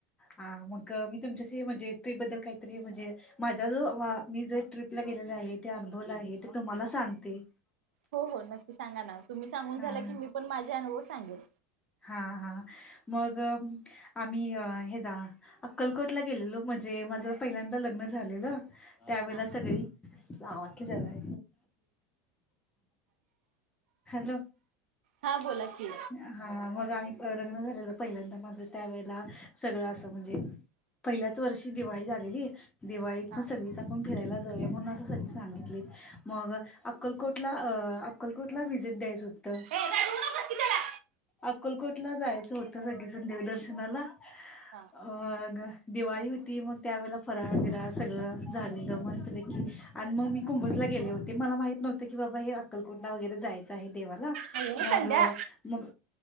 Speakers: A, on the left; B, on the right.
A: ह मग मी तुमच्याशी म्हणजे ट्रिप बद्दल काहीतरी म्हणजे? माझ्या जो मी जे ट्रिपला गेलेल आहे ते अनुभवला आहे ते तुम्हाला सांगते.
B: हो हो नक्की सांगा ना तुम्ही सांगून
A: हा
B: झाला की मीण माझे अुभव सांगेल.
A: हा हा मग आम्ही अ हे जा. अक्कलकोटला गेलेलो म्हणजे माझं पहिल्यांदा लग्न झालेलं त्यावेेळेला
B: हा हा.
A: सगळी. लावा की जरा हॅलो.
B: हा
A: <unintelligible>
B: बोला की.
A: हा मग आम्ही लग्न झालेलं पहिल्यांदा माझं त्या वेळेला सगळं असं म्हणजे? पहिल्याच वर्षी दिवाळी झालेली दिवाळीत
B: हा.
A: म सगळी. आपण फिरायला जाऊया म्हणून असं सगळी सांगितलीत. मग अक्कलकोटला अ अक्कलकोटलां द्यायचं होतं.
B: हे रडवू नकोस की त्याला.
A: अकोलकोटला जायचं होतं सगळेजण देवदर्शनाला
B: हा.
A: र दिवाळी होती मग त्यावेळेला फराळ बीराळ सगळं झालेलं मस्तपैकी आणि मग मी कुंभसला गेले होते मला माहीत नव्हत की बाबा हे अक्कलकोंडला वगैरे जायचं आहे देवाला
B: अयो
A: मग
B: संध्या
A: मग